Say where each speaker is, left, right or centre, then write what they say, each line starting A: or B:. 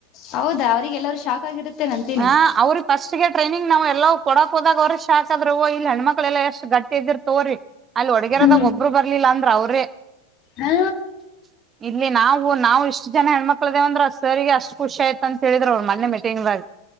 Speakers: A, on the left; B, on the right.
A: ಹೌದಾ ಅವ್ರರಿಗೆಲ್ಲರೂ ಶಾಕ್ ಆಗಿರುತ್ತೆ ನಂತೀನಿ.
B: ಆ
A: <inaudible>
B: ಅವ್ರಿಗೆ ಫಸ್ಟ್ ಗೆ ಟ್ರೈನಿಂಗ್ ನಾವವುಲ್ಲ ಕೊಡಕಕ್ ಹೋದಾಗ ಅವ್ರರು ಶಾಕ್ ಆದ್ರ ಓ ಇಲ್ಲಿ ಹೆಣ್ಮಕ್ಳ ಎಲ್ಲ ಎಷ್ಟ್ ಗಟ್ಟಿ ಇದ್ದಿರಿ ತೋರರಿ. <inaudible> ಅಲ್ಲಿ ಹುಡುಗೇರಿದಾಗ
A: ಹ್ಮ್
B: ಒಬ್ರು ಬರ್ಲಿಲ್ಲ ಅಂದ್ರು ಅವ್ರೇ.
A: ಹಾ
B: <inaudible> ಇಲ್ಲಿ ನಾವು ನಾವು ಇಷ್ಟು ಜನ ಹೆಣ್ಮಕ್ಳದೇವ ಅಂದ್ರ ಸರಿಗೆ ಅಷ್ಟ್ ಖುಷಿ ಆಯ್ತ. <inaudible> ಅಂತ ಹೇಳಿದರ ಅವರ ಮೊನ್ನೆ ಮೀಟಿಂಗ ದಾಗ. <inaudible>